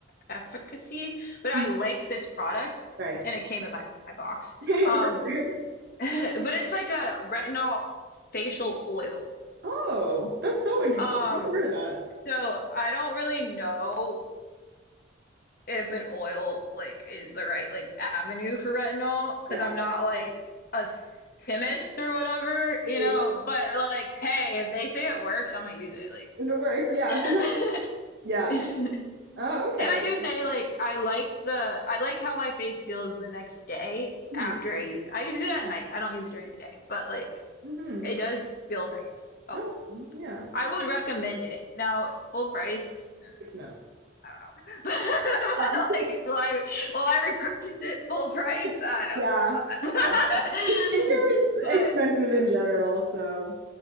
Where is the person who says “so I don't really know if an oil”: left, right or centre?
Left